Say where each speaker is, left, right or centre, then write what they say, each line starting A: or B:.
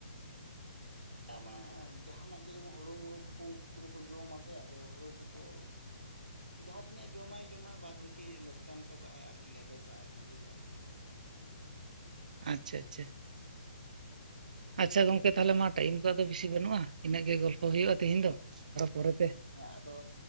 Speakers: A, on the right (about 80°); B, on the right (about 55°).
A: ᱠᱟ ᱢᱟᱲᱟ ᱡᱟᱦᱟᱱᱟᱜ ᱜᱮ ᱡᱮᱢᱚᱱ ᱦᱩᱲᱩ ᱢᱩᱲᱩ ᱠᱚᱠᱚ ᱩᱝᱠᱩ ᱠᱚᱫᱚ ᱠᱚ ᱡᱚᱢᱟ ᱥᱮ ᱟᱫᱚ ᱦᱩᱲᱩ ᱠᱚᱠᱚ ᱡᱟᱦᱟᱸ ᱛᱤᱱᱟᱹᱜ ᱡᱚᱢᱟᱭ ᱡᱚᱢᱟᱭ ᱵᱟᱫᱽ ᱵᱟᱹᱠᱤ ᱞᱚᱥᱠᱟᱱ ᱦᱚᱴᱚᱠᱟᱜᱼᱟᱭ ᱟᱨᱠᱤ ᱞᱮᱵᱮᱫᱟᱭ ᱤᱭᱟᱹᱟᱭ
B: ᱟᱪᱪᱷᱟ ᱟᱪᱪᱷᱟ ᱟᱪᱪᱷᱟ
A: ᱟᱫᱚ
B: ᱜᱚᱝᱠᱮ ᱛᱟᱦᱞᱮ ᱢᱟ ᱴᱟᱭᱤᱢ ᱠᱚ ᱟᱫᱚ ᱵᱤᱥᱤ ᱵᱟᱹᱱᱩᱜᱼᱟ, ᱤᱱᱟᱹᱜ ᱜᱮ ᱜᱚᱞᱯᱚ ᱦᱩᱭᱩᱜᱼᱟ ᱛᱤᱦᱤᱧ ᱫᱚ ᱟᱨᱚ ᱯᱚᱨᱮᱛᱮ᱾
A: ᱦᱮᱸ ᱟᱫᱚ